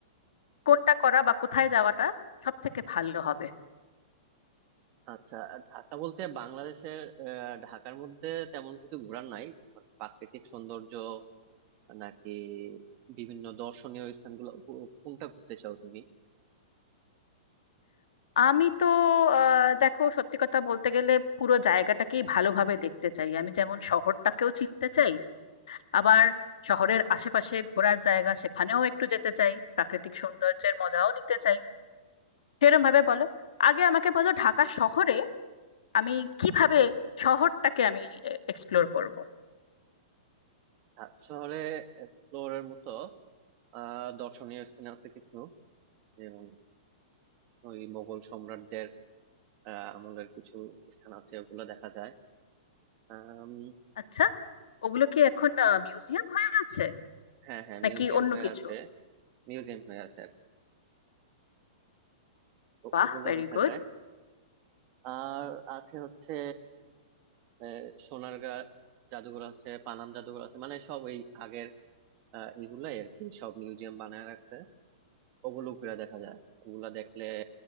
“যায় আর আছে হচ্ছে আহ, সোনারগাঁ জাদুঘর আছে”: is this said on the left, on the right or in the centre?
Right